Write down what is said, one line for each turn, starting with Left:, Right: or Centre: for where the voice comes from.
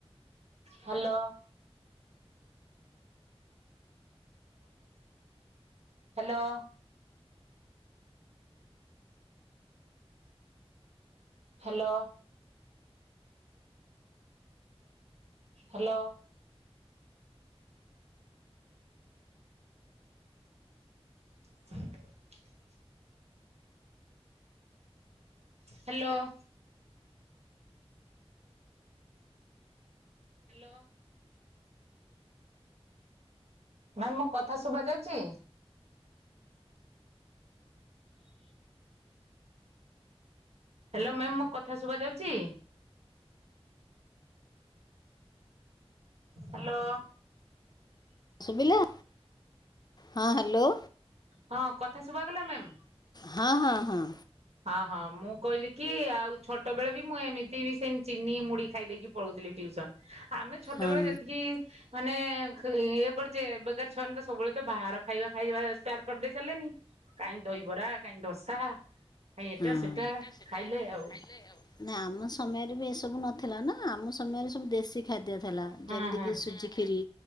Right: hello hello hello hello <inaudible> hello <inaudible> hello ma'am ମୋ କଥା ଶୁଭା ଯାଉଛି? ହ୍ୟାଲୋ ମ୍ୟାମ୍ ମୋ କଥା ଶୁଭାଯାଉଛି? ହ୍ୟାଲୋ
Left: ଶୁବିଲା? ହଁ ହ୍ୟାଲୋ
Right: ହଁ କଥା ଶୁଭଗଲା ମ୍ୟାମ୍?
Left: ହଁ-ହଁ-ହଁ।
Right: ହଁ ହଁ। ମୁଁ କହିଲି କି ଆଉ ଛୋଟବେଳେ ବି ମୁଁ ଏମିତି ବି ସେମ ଚିନି ମୁଡି ଖାଇଦେଇକି ପଳଉଥିଲି ଟ୍ୟୁସନ୍। ଆମେ ଛୋଟବେଳେ
Left: ହଁ
Right: ଯେତିକି ମାନେ ଇଏ କରୁଛେ ଏବେକାର ଛୁଆନି ତ ସବୁବେଳେ ତ ବାହାର ଖାଇବା ଖାଇବା ଷ୍ଟାର୍ଟ କରିଦେଇ ସାରିଲେନି କାହିଁ ଦହିବରା କାହିଁ ଦୋସା କାଇଁ ଏଟା
Left: ହୁଁ
Right: ସେଟା
Left: ଏଟା ସେଟା
Right: ଖାଇଲେ ଆଉ
Left: ଖାଇ ଲେ ନା ଆମ ସମୟରେ ବି ଏସବୁ ନଥିଲା ନା ଆମ ସମୟରେ ସବୁ ଦେଶୀ ଖାଦ୍ୟ ଥିଲା।
Right: ହଁ
Left: ଯେମିତି
Right: ହଁ
Left: କିି ସୁଜି ଖିରି